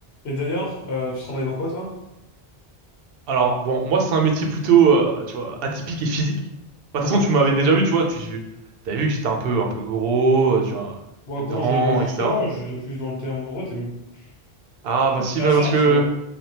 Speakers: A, on the left; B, on the right.
A: Et d'ailleurs, euh, tu travailles dans quoi, toi?
B: Alors, bon, moi, c'est un métier plutôt, euh, tu vois, atypique et physique. Bah,
A: Ouais.
B: De toute façon, tu m'avais déjà vu, tu vois, tu t'avais vu que j'étais un peu, un peu gros, euh, tu vois,
A: Bon,
B: grand,
A: gros, j'irai pas jusque-là,
B: etc.
A: j'irai plus dans le terme. En vrai, t'es m-
B: Ah,
A: t'es plus
B: bah si,
A: cassard,
B: bah, parce que,
A: tu vois.